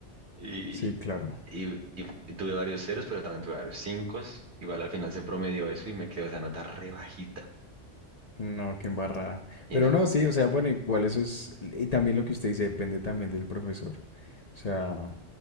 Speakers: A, on the right (about 65°); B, on the left (about 40°).
A: Y,
B: Sí, claro.
A: y, y fu- y tuve varios ceros, pero también tuve varios cinco. Igual al final se promedió eso y me quedó esa nota re bajita.
B: No, qué embarrada.
A: Y
B: Pero
A: nada.
B: no, sí, o sea, bueno, igual eso es, y también lo que usted dice depende también del profesor. O sea,